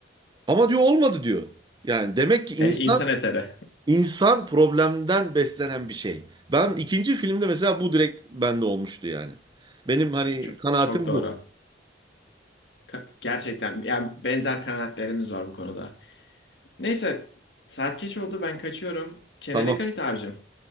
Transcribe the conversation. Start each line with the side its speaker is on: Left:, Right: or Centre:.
Right: Ama diyor olmadı diyor. Yani demek ki insan
Left: E, insan eseri.
Right: insan problemden beslenen bir şey. Ben ikinci filmde mesela bu direkt bende olmuştu yani. Benim hani
Left: <laughs> Çok,
Right: kanaatim
Left: çok doğru.
Right: bu.
Left: Ka- gerçekten yani benzer kanaatlerimiz var bu konuda. Neyse saat geç oldu ben kaçıyorum. Kendine
Right: Tamam.
Left: dikkat et abicim.